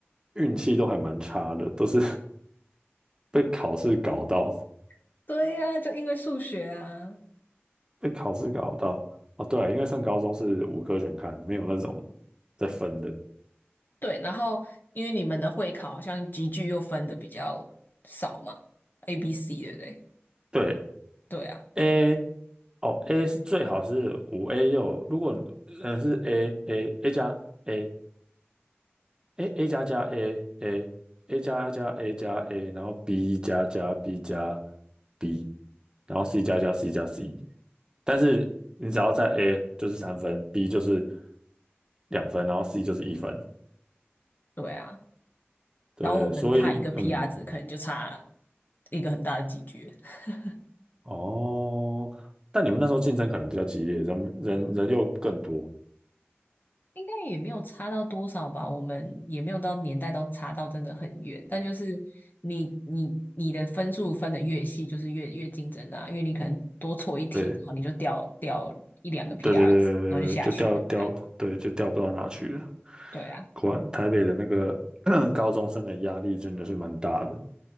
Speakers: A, on the right; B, on the left.
A: 运气都还蛮差的，都是 <laughs> 被考试搞到，
B: <laughs> 对呀，就因为数学啊。
A: 被考试搞到。哦，对啊，因为上高中是五科全开，没有那种在分的。
B: 对，然后因为你们的会考好像集聚又分的比较少嘛，A、B、C，对不对？
A: 对，
B: 对啊。
A: A 哦，A 是最好是五 A 六，如果嗯是 A A A 加 A A A 加加 A A A 加加 A 加 A，然后 B 加加 B 加 B，然后 C 加加 C 加 C，但是你只要在 A 就是三分，B 就是两分，然后 C 就是一分，
B: 对啊，
A: 对对对，
B: 然后我们差一个
A: 所以嗯
B: PR 值，可能就差一个很大的几句，<laughs>
A: 哦，但你们那时候竞争可能比较激烈，人人人又更多，
B: 应该也没有差到多少吧。我们也没有到年代到差到真的很远，但就是你你你的分数分的越细，就是越越竞争啊，因为你可能多错一题，
A: <laughs> 对。
B: 然后你就掉掉一两个 PR
A: 对对对对对，
B: 值，然后就下去了，
A: 就掉掉，
B: 这样
A: 对，就掉不到哪去了。
B: 对啊。
A: 果然，台北的那个 <clears throat> 高中生的压力真的是蛮大的。